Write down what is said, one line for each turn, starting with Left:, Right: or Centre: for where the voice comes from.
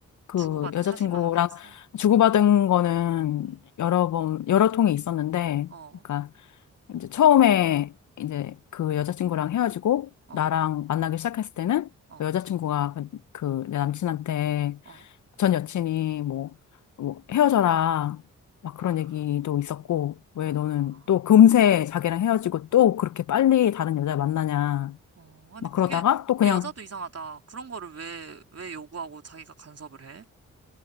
Left: 그
Right: 주고받은
Left: 여자친구랑
Right: 사진만 확인했어?
Left: 주고받은 거는
Right: 응.
Left: 여러 번, 여러 통이 있었는데,
Right: 어,
Left: 그러니까 이제 처음에 이제 그 여자친구랑 헤어지고
Right: 어,
Left: 나랑 만나기 시작했을 때는
Right: 어,
Left: 그 여자친구가 그 그 내 남친한테
Right: 어.
Left: 전 여친이 뭐, 뭐 헤어져라. 막
Right: 아,
Left: 그런 얘기도 있었고, 왜
Right: 아,
Left: 너는 또 금세 자기랑 헤어지고 또 그렇게 빨리 다른 여자 만나냐.
Right: 어. 아니,
Left: 막
Right: 그게,
Left: 그러다가 또 그냥
Right: 그 여자도 이상하다. 그런 거를 왜, 왜 요구하고 자기가 간섭을 해?